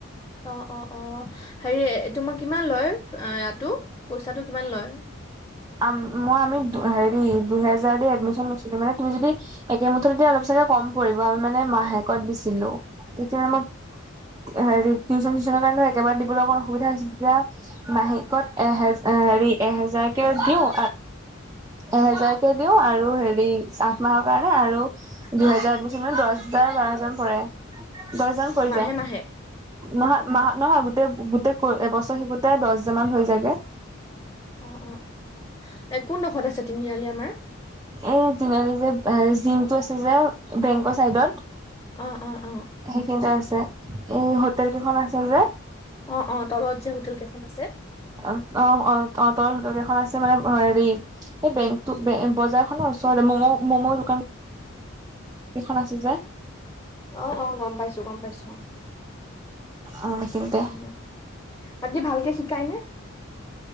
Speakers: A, on the left; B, on the right.
A: অঁ', -অঁ', -অঁ', হেৰি এইটো তোমাৰ কিমান লয় ইয়াতো পইচাটো কিমান লয়?
B: আম-মই আমি হেৰি দুহেজাৰ দি এডমিশ্যন লৈছিলো মানে। তুমি যদি একে মুঠতে দিলে অলপ চাগে কম পৰিব, আমি মানে মাহেকত দিছিলো তেতিয়া মানে মই- হেৰি টিউশ্যন চিউচনৰ কাৰণে একেবাৰে দিবলৈ অকণ অসুবিধা হৈছিল তেতিয়া। মাহেকত এহেজাৰ হেৰি এহেজাৰকে দিওঁ। এহেজাৰকে দিওঁ আৰু হেৰি আঠ মাহৰ কাৰণে আৰু- দুহেজাৰ এডমিচনত দহ বা বাৰহাজাৰমান পৰে। দহ হাজাৰ- পৰি
A: মাহে-মাহে।
B: যায় নহয়, মাহ, নহয়, গোটেই-গোটেই ক-এবছৰ শিকোতে দহ হজাৰ মান হৈ যায়গে।
A: অহ', -অহ', -অহ', এ কোনডোখৰত আছে তিনিআলি আমাৰ?
B: এই তিনআালি যে জিমটো আছে যে বেংকৰ চাইদত।
A: অঁহ', -অঁহ', -অঁহ', -।
B: সেইখিনতে আছে এই হোটেল কেইখন আছে যে।
A: অঁহ', -অঁহ', তলত যে হোটেল কেইখন আছে।
B: অঁহ', -অঁহ', -অঁ', -তলত হোটেল কেইখন আছে মানে হেৰি- এই বেংক টো বজাৰ খনৰ ওচৰতে ম'ম-ম'ম দোকান- কেইখন আছে যে।
A: অঁ', -অঁ', গম পাইছো, গম পাইছো অঁ',।
B: অ সেইখিনিতে
A: উম, বাকী ভালকে শিকাই নে?